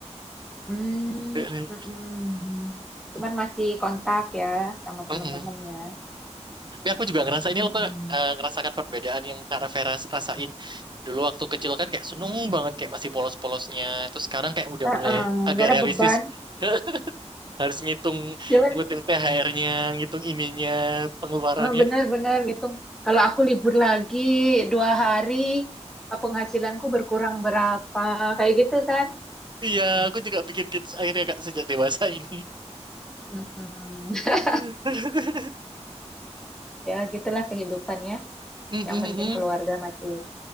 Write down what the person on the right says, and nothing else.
<laughs>
Mm-mm.
Tapi aku juga ngerasa ini
loh Kak, eh, ngerasakan perbedaan yang Kak Rafera rasain. Dulu waktu kecil kan kayak seneng banget kayak masih polos-polosnya. Terus sekarang kayak udah
mulai agak
realistis.
<laughs> Harus ngitung,
ngitung THR-nya, ngitung ininya, pengeluarannya.
Iya, aku juga pikir gitu akhirnya Kak sejak dewasa ini.
<laughs>
Mm-mm-mm.